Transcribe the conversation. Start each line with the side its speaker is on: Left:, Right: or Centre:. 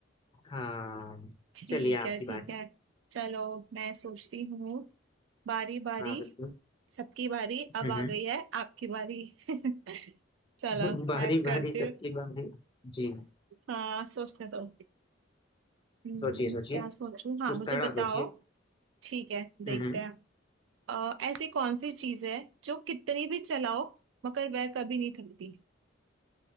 Left: हाँ
Right: ठीक
Left: चलिए आपकी
Right: है ठीक
Left: बारी
Right: है चलो मैं सोचती हूँ बारी बारी
Left: हाँ बिल्कुल
Right: सबकी बारी अब
Left: हम्म
Right: आ गई है आपकी बारी <laughs> चलो
Left: हम्म। बारी
Right: मैं करती
Left: बारी सबकी
Right: हूँ
Left: बारी जी
Right: हाँ सोचने दो हम्म,
Left: सोचिए सोचिए
Right: क्या सोचूं
Left: कुछ
Right: हाँ मुझे
Left: तगड़ा
Right: बताओ
Left: सोचिए
Right: ठीक है देखते
Left: हम्म हम्म।
Right: हैं अ, ऐसी कौन सी चीज है जो कितनी भी चलाओ मगर वह कभी नहीं थकती